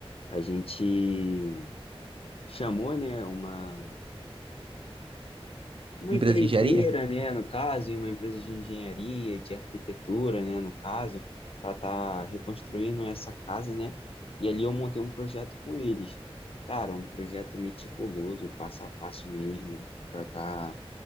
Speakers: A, on the left (about 65°); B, on the right (about 60°).
A: A gente chamou, né, uma. uma
B: Empresa
A: empreiteira,
B: de engenharia?
A: né, no caso, e uma empresa de engenharia, de arquitetura, né, no caso, para estar reconstruindo essa casa, né? E ali eu montei um projeto com eles. Cara, um projeto meticuloso, passo a passo mesmo, para estar